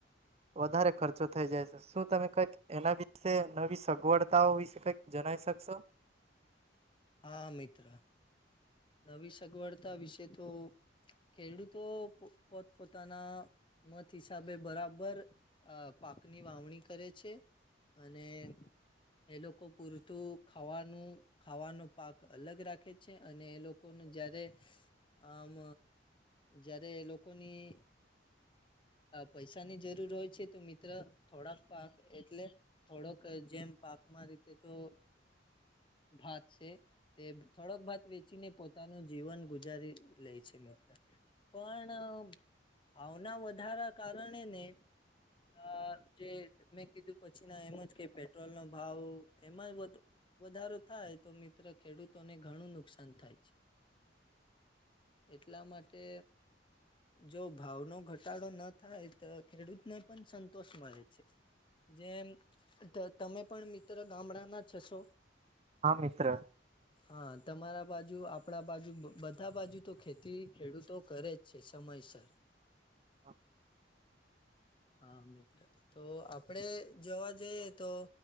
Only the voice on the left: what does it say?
હા મિત્ર, નવી સગવડતા વિશે તો ખેડૂતો પોત પોતાના મત હિસાબે બરાબર અ પાકની વાવણી કરે છે, અને એ લોકો પૂરતું ખાવાનું ખાવાનું પાક અલગ રાખે છે અને એ લોકોનું જયારે આમ જ્યારે લોકોની પૈસાની જરૂર હોય છે તો મિત્ર થોડાક પાક એટલે થોડોક જેમ પાકમાં રીતે તો ભાત છે. તે થોડોક ભત વેચીને પોતાનું જીવન ગુજારી લે છે મિત્ર. પણ ભાવના વધારા કારણે ને. અ જે મેં કીધું પછી ના એમ જ કે પેટ્રોલ નો ભાવ એમાં બધ વધારો થાય તો મિત્ર ખેડૂતોને ઘણું નુકસાન થાય છે.
એટલા માટે જો ભાવનો ઘટ ઘટાડો ન થાય તો ખેડૂત ને પણ સંતોષ મળે છે. જેમ ત તમે પણ મિત્ર ગામડાના જ હશો.
હા તમારા બાજુ આપણા બાજુ બધા બાજુ તો ખેતી ખેડૂતો કરે જ છે સમયસર.
હા મિત્ર તો આપડે જોવા જઈએ તો